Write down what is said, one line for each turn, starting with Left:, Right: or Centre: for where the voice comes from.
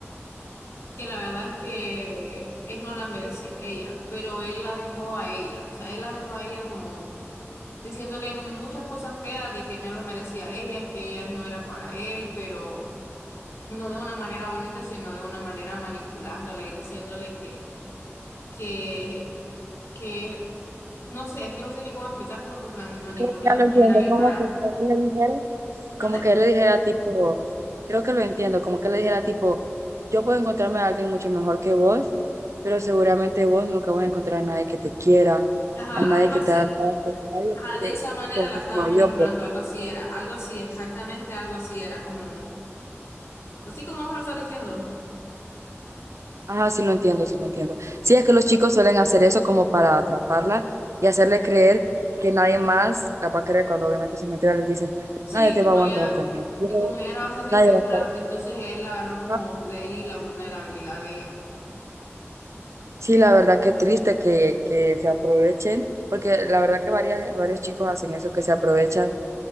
Left: que la verdad es que él no la merecía ella, pero él la dejó a ella, o sea, él la dejó a ella como diciéndole muchas cosas feas de que no la merecía a ella, que ella no era para él, pero no de una manera bonita, sino de una manera manipulándola y diciéndole que, que, que, no sé, es que no sé ni cómo explicártelo porque la manipuló
Right: Creo que ya
Left: de una
Right: lo entiendo,
Left: manera bien
Right: como
Left: rara.
Right: que ustedes le dijeron.
Left: ¿Mande?
Right: Como que él le dijera tipo, creo que lo entiendo, como que le dijera tipo, yo puedo encontrarme a alguien mucho mejor que vos, pero seguramente vos nunca vas a encontrar a nadie que te quiera,
Left: Ajá,
Right: a nadie
Left: algo
Right: que
Left: así.
Right: te haga caso, a nadie
Left: Ajá, de
Right: que
Left: esa manera
Right: como
Left: la estaba manipulando,
Right: yo, pues.
Left: algo así era, algo así, exactamente algo así era, como, así como vos lo estás diciendo.
Right: Ajá, sí lo entiendo, sí lo entiendo. Sí, es que los chicos suelen hacer eso como para atraparla y hacerle creer que nadie más la va a querer cuando obviamente se mentira, les dicen,
Left: Sí,
Right: nadie te
Left: como
Right: va a aguantar
Left: ella,
Right: conmigo,
Left: y como ella era bastante
Right: nadie
Left: insegura,
Right: va a estar.
Left: entonces él agarró como
Right: acá".
Left: de ahí la vulnerabilidad de ella.
Right: Sí, la verdad que triste que, que se aprovechen, porque la verdad que varias, varios chicos hacen eso, que se aprovechan